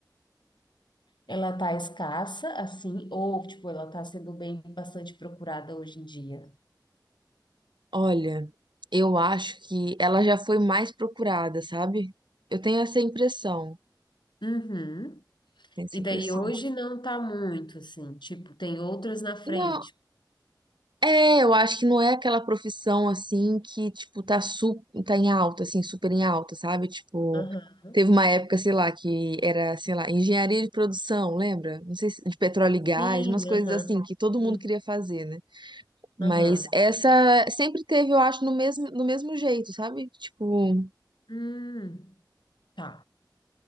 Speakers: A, on the left (about 80°); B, on the right (about 80°).
A: ela tá escassa, assim, ou tipo, ela tá sendo bem bastante procurada hoje em dia.
B: Olha, eu acho que ela já foi mais procurada, sabe? Eu tenho essa impressão.
A: Uhum.
B: Tenho essa
A: E daí
B: impressão.
A: hoje não tá muito, assim, tipo, tem outras na frente.
B: Não. É, eu acho que não é aquela profissão assim que, tipo, tá, su tá em alta, assim, super em alta, sabe? Tipo,
A: Aham.
B: teve uma época, sei lá, que era, sei lá, engenharia de produção, lembra? Não sei se de petróleo e gás,
A: Sim,
B: umas coisas
A: aham.
B: assim que todo
A: Sim,
B: mundo queria fazer, né? Mas
A: aham.
B: essa sempre teve, eu acho, no mesmo, no mesmo jeito, sabe? Tipo,
A: Hum, tá.